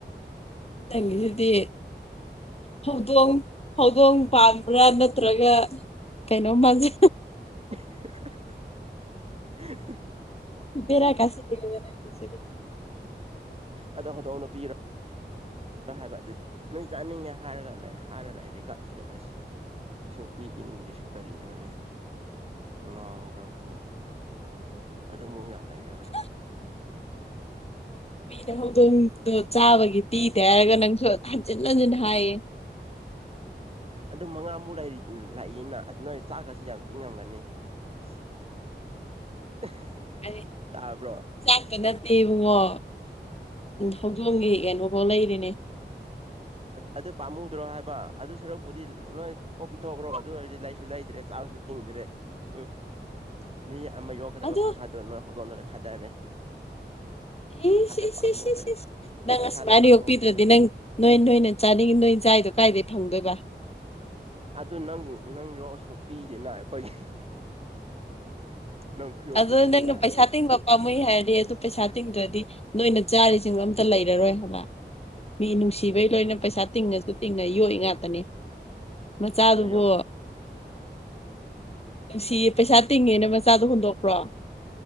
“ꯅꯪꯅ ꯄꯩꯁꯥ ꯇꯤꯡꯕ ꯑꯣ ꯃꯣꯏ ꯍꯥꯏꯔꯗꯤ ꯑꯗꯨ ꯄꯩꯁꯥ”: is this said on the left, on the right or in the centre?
Left